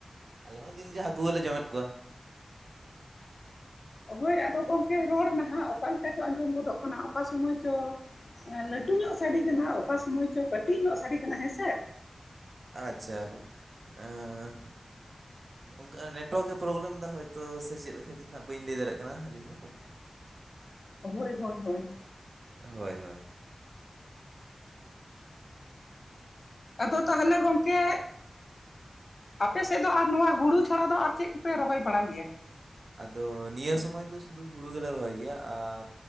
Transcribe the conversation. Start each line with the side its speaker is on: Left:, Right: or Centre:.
Right: ᱟᱞᱮ ᱦᱚᱸ ᱫᱤᱱᱜᱮ ᱦᱟᱹᱠᱩ ᱜᱮᱞᱮ ᱡᱚᱢᱮᱫ ᱠᱚᱣᱟ
Left: ᱦᱚᱭ ᱟᱫᱚ ᱜᱚᱝᱠᱮ ᱨᱚᱲ ᱱᱟᱦᱟᱜ ᱚᱠᱟ ᱞᱮᱠᱟ ᱪᱚᱸ ᱟᱸᱡᱚᱢ ᱜᱚᱫᱚᱜ ᱠᱟᱱᱟ ᱚᱠᱟ ᱥᱚᱢᱚᱭ ᱪᱚᱸ ᱞᱟᱹᱴᱩ ᱧᱚᱜ ᱥᱟᱰᱤ ᱠᱟᱱᱟ ᱚᱠᱟ ᱥᱩᱢᱚᱭ ᱪᱚᱸ ᱠᱟᱹᱴᱤᱡ ᱧᱚᱜ ᱥᱟᱰᱤ ᱠᱟᱱᱟ ᱦᱮᱸ ᱥᱮ
Right: ᱟᱪᱪᱷᱟ ᱮᱸᱻ ᱚᱝᱠᱟ ᱱᱮᱴᱣᱟᱨᱠ ᱮ ᱯᱨᱚᱵᱞᱮᱢ ᱮᱫᱟ ᱦᱟᱭᱛᱚ ᱥᱮ ᱪᱮᱫ ᱠᱷᱟᱹᱛᱤᱨ ᱦᱟᱜ ᱵᱟᱹᱧ ᱞᱟᱹᱭ ᱫᱟᱲᱮᱜ ᱠᱟᱱᱟ ᱟᱹᱞᱤᱧ ᱦᱚᱸ
Left: ᱦᱳᱭ ᱦᱳᱭ ᱦᱳᱭ
Right: ᱦᱳᱭ ᱦᱳᱭᱼᱼ
Left: ᱟᱫᱚ ᱛᱟᱦᱞᱮ ᱜᱚᱝᱠᱮᱼᱼ ᱟᱯᱮ ᱥᱮᱫ ᱫᱚ ᱟᱨ ᱱᱚᱣᱟ ᱦᱩᱲᱩ ᱪᱷᱟᱲᱟ ᱫᱚ ᱟᱨ ᱪᱮᱫ ᱠᱚ ᱯᱮ ᱨᱚᱦᱚᱭ ᱵᱟᱲᱟᱭ ᱜᱮᱭᱟ
Right: ᱟᱫᱚ ᱱᱤᱭᱟᱹ ᱥᱚᱢᱚᱭ ᱫᱚ ᱥᱩᱫᱩ ᱦᱩᱲᱩ ᱜᱮᱞᱮ ᱨᱚᱦᱚᱭ ᱜᱮᱭᱟ ᱟᱨᱼᱼ